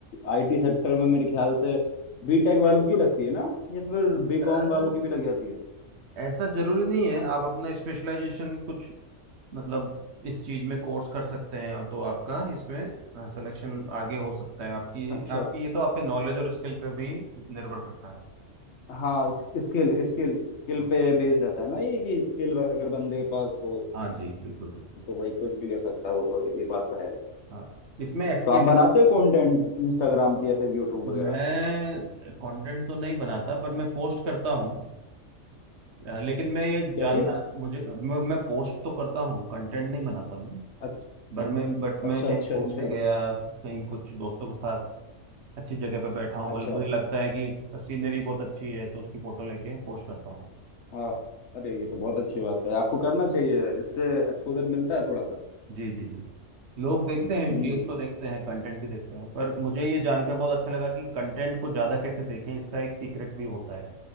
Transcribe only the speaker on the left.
आईटी सेक्टर में मेरे ख्याल से बीटेक वालों की लगती है ना या फिर बीकॉम
वालों की भी लग जाती है
अच्छा
हाँ स्किल स्किल स्किल
पे बेस रहता है ना ये कि स्किल अगर बंदे के पास हो
तो भाई कुछ भी कर सकता है वो तो ये बात तो है
तो आप बनाते हो कंटेंट इंस्टाग्राम पे या फिर यूट्यूब वगैरह
पे
क्या
चीज
अच्छा
अच्छा
अच्छा
अच्छा
अच्छा
हाँ अरे ये तो बहुत अच्छी बात है आपको करना चाहिए इससे एक्सपोजर मिलता है थोड़ा सा
हम्म